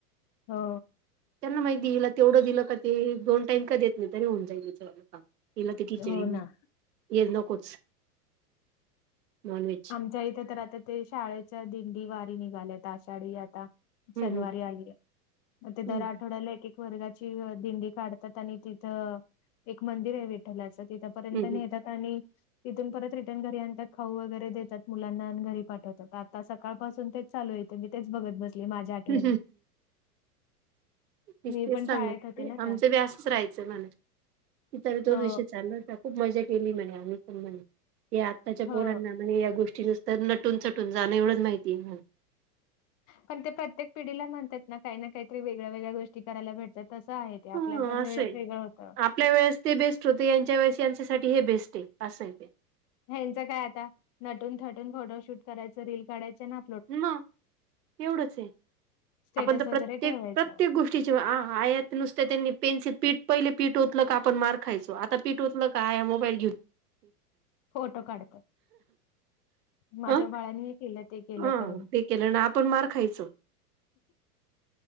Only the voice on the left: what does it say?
हो,
हो ना.
आमच्या इथे तर आता ते शाळेच्या दिंडी वारी निघाल्यात. आषाढी आता
शनिवारी
आलीया, मग ते
दर आठवड्याला
एक एक वर्गाची दिंडी काढतात आणि तिथं एक मंदिर आहे विठ्ठलाचं तिथं पर्यंत
न्हेतात आणि तिथून परत रिटर्न घरी आणतात. खाऊ वैगेरे, देतात मुलांना आणि घरी पाठवतात. आता सकाळ पासून तेच चालू हाय मी तेच बघत बसले. माझ्या आठवणी
मी पण
शाळेत होते ना
त्या
हो
हो
पण ते प्रत्येक पिढीला म्हणतात ना काही ना काहीतरी वेगळ्या वेगळ्या गोष्टी करायला भेटता तसं आहे. ते
आपल्या पण
वेळेत
वेगळं होतं.
ह्यांचं काय आता नटून थटून फोटोशूट करायचं, रील काढायचे. ना
स्टेटस
वगैरे
ठेवायचं
फोटो काढत्यात, माझ्या
बाळनी हे केलं ते केलं
करून